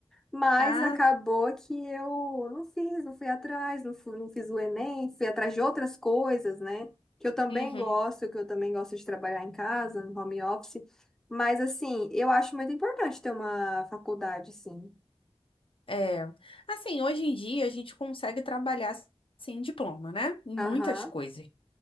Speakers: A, in the centre; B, on the left (about 55°).
A: Mas
B: Ah,
A: acabou que eu não fiz, não fui atrás, não fui, não fiz o Enem, fui atrás de outras coisas, né? Que eu também
B: uhum.
A: gosto, que eu também gosto de trabalhar em casa, no home office. Mas, assim, eu acho muito importante ter uma faculdade, sim.
B: É, assim, hoje em dia a gente consegue trabalhar sem diploma, né? Em
A: Aham,
B: muitas coisas.